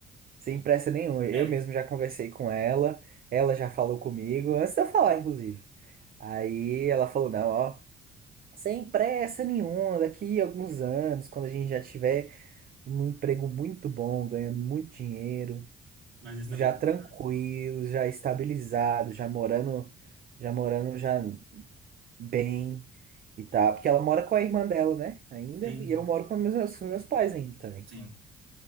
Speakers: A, on the right; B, on the right.
A: Sem
B: Hum.
A: pressa nenhuma. Eu
B: É,
A: mesmo já conversei com ela, ela já falou comigo, antes de eu falar, inclusive. Aí ela falou, não, ó, sem pressa nenhuma, daqui a alguns anos, quando a gente já tiver um emprego muito bom, ganhando muito dinheiro,
B: mais estabilidade.
A: já tranquilo, já estabilizado, já morando, já morando já bem e tal. Porque ela mora com a irmã dela, né? Ainda,
B: Sim,
A: e eu moro com meus, meus meus pais ainda também.
B: sim,